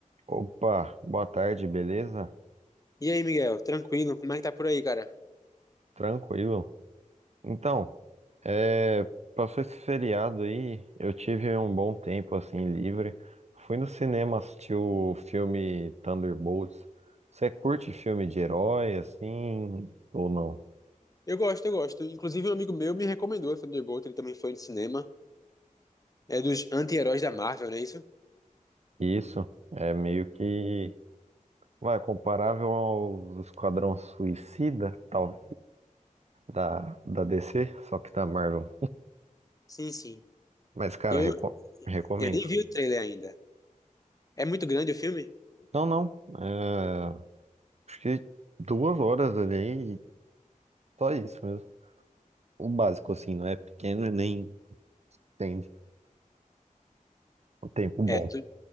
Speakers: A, on the right; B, on the left.
A: Opa, boa tarde, beleza?
B: E aí, Miguel, tranquilo? Como é que tá por aí, cara?
A: Tranquilo. Então, é, passou esse feriado aí, eu tive um bom tempo assim livre. Fui no cinema assistir o filme Thunderbolts. Você curte filme de herói assim ou não?
B: Eu gosto, eu gosto. Inclusive, um amigo meu me recomendou essa Thunderbolt, ele também foi no cinema. É dos anti-heróis da Marvel, não é isso?
A: Isso é meio que vai comparável ao Esquadrão Suicida, tal da da DC, só que da Marvel.
B: Sim, sim.
A: Mas cara,
B: Eu,
A: reco- recomendo.
B: eu nem vi o trailer ainda. É muito grande o filme?
A: Não, não. é, Fiquei duas horas ali e só isso mesmo. O básico, assim, não é pequeno e nem entende. O tempo bom.
B: É, tu,